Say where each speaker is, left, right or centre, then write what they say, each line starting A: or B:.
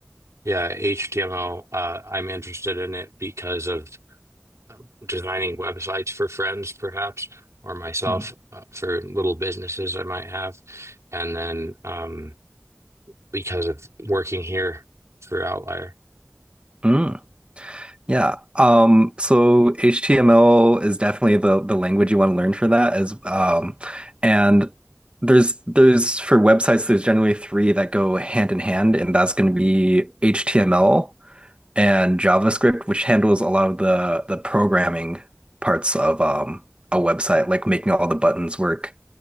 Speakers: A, on the right; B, on the right.
A: yeah, HTML. Uh, I'm interested in it because of designing websites for friends, perhaps, or myself
B: hmm
A: uh, for little businesses I might have, and then um, because of working here for Outlier.
B: Mm, yeah. Um, so HTML is definitely the the language you want to learn for that as um and there's there's for websites there's generally three that go hand in hand and that's going to be HTML and JavaScript, which handles a lot of the the programming parts of um, a website, like making all the buttons work